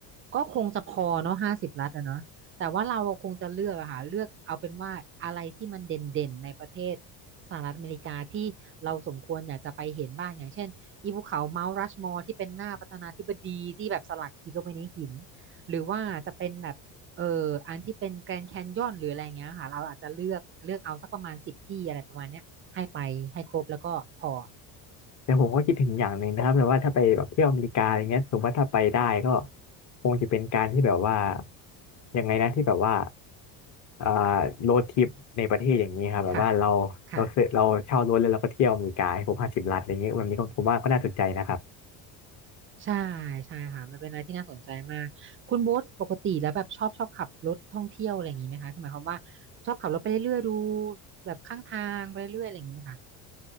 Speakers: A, on the right; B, on the left.
A: ก็คงจะพอเนาะห้าสิบล้านอะเนาะแต่ว่าเราคงจะเลือกอะค่ะเลือกเอาเป็นว่าอะไรที่มันเด่นๆในประเทศสหรัฐอเมริกาที่เราสมควรอยากจะไปเห็นบ้างอย่างเช่นอีภูเขาเมาท์รัชมอร์ที่เป็นหน้าประธานาธิบดีที่แบบสลักหินลงไปในหินหรือว่าจะเป็นแบบ เอออันที่เป็นแกรน d c แคนยอนหรืออะไรเงี้ยค่ะเราอาจจะเลือกเลือกเอาสักประมาณสิบที่อะไรประมาณเนี้ยให้ไปให้ครบแล้วก็พอ
B: แต่ผมก็คิดถึงอย่างหนึ่งนะครับแบบว่าถ้าไปแบบเที่ยวอเมริกาอะไรเงี้ยสมมติว่าถ้าไปได้ก็คงจะเป็นการที่แบบว่ายังไงนะที่แบบว่าเอ่อโรดทริปในประเทศอย่างนี้ครับแบบว่าเราเราซื้อเราเช่ารถแล้วเราก็เที่ยวอเมริกาให้ครบห้าสิบรัฐอะไรเงี้ยแบบนี้ก็ผมว่าก็น่าสนใจนะครับ
A: ค่ะค่ะใช่ใช่ค่ะมันเป็นอะไรที่น่าสนใจมากคุณโบ๊ทปกติแล้วแบบชอบชอบขับรถท่องเที่ยวอะไรอย่างนี้ไหมคะคือหมายความว่าชอบขับรถไปเรื่อยๆดูแบบข้างทางไปเรื่อยๆอะไรอย่างนี้ไหมคะ